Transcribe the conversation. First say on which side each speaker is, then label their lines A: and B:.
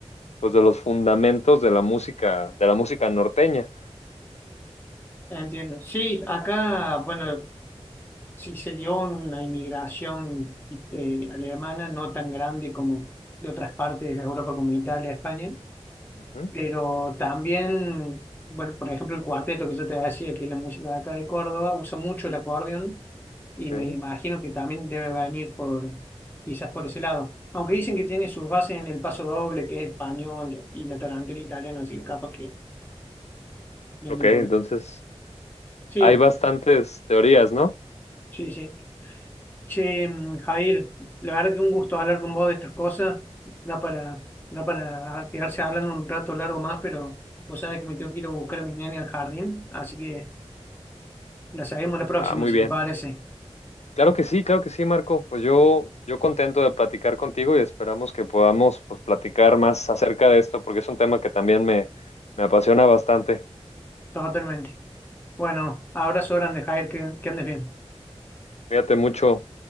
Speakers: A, on the left; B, on the left.
A: pues, de los fundamentos de la música, de la música norteña.
B: entiendo. Sí, acá, bueno, sí se dio una inmigración eh, alemana no tan grande como de otras partes de Europa, como Italia, España
A: Ujú,
B: Pero también, bueno, por ejemplo, el cuarteto que yo te decía, que es la música de acá de Córdoba, usa mucho el acordeón y
A: ok.
B: me imagino que también debe venir por, quizás por ese lado. Aunque dicen que tiene sus bases en el paso doble, que es español y la tarantela italiana, así que capaz que viene
A: Ok, entonces
B: por... Sí,
A: hay bastantes teorías, ¿no?
B: sí, sí. Che, mm, Jair, la verdad que un gusto hablar con vos de estas cosas. Da para, da para quedarse hablando un rato largo más, pero vos sabés que me tengo que ir a buscar a mi nene al jardín, así que... La seguimos la próxima,
A: Ah, muy
B: si
A: bien.
B: te parece.
A: Claro que sí, claro que sí, Marco. Pues yo, yo contento de platicar contigo y esperamos que podamos pues, platicar más acerca de esto porque es un tema que también me, me apasiona bastante.
B: Totalmente. Bueno, abrazo grande, Jair, que, que andes bien.
A: Cuídate mucho.